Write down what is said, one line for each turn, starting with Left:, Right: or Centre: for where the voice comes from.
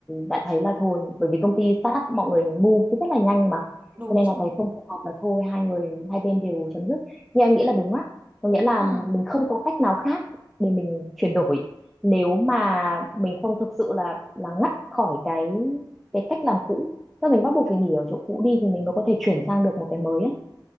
Centre: đã thấy là thôi bởi vì công ty startup mọi người move rất là nhanh mà
Right: Đúng
Centre: cho nên
Right: rồi.
Centre: là thấy không phù hợp là thôi hai người hai bên đều chấm dứt nhưng em nghĩ là đúng á có nghĩa là
Right: Ờ.
Centre: mình không có cách nào khác để mình chuyển đổi nếu mà mình không thực sự là là ngắt khỏi cái cái cách làm cũ tức là mình bắt buộc phải nghỉ ở chỗ cũ đi thì mình mới có thể chuyển sang được một cái mới á